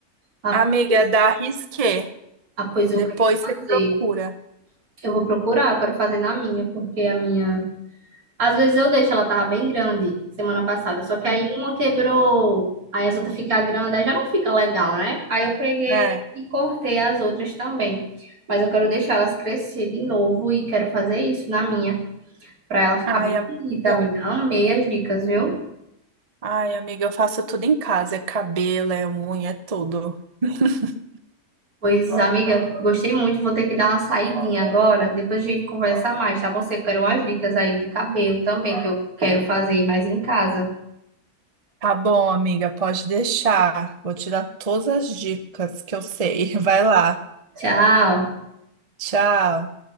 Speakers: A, on the right; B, on the right.
A: Ah,
B: Amiga,
A: pois
B: da Risqué.
A: ah, pois eu
B: Depois
A: quero fazer.
B: você procura.
A: Eu vou procurar, eu quero fazer na minha, porque a minha. Às vezes eu deixo, ela tava bem grande semana passada, só que
B: Hum,
A: aí uma quebrou, aí as outras ficam grandes, aí já não fica legal, né? Aí eu peguei
B: É.
A: e cortei as outras também. Mas eu quero deixar elas crescer de novo e quero fazer isso na minha, pra ela ficar
B: Ai,
A: bem
B: é muito
A: bonita,
B: bom.
A: amiga. Amei as dicas, viu?
B: Ai, amiga, eu faço tudo em casa. É cabelo, é unha, é tudo. <laughs>
A: Pois, amiga, gostei muito. Vou ter que dar uma saidinha agora. Depois a gente conversa mais, tá bom? Você quer umas dicas aí de cabelo também, que eu quero fazer mais em casa.
B: Tá bom, amiga, pode deixar. Vou te dar todas as dicas que eu sei. <laughs> Vai lá.
A: Tchau.
B: Tchau.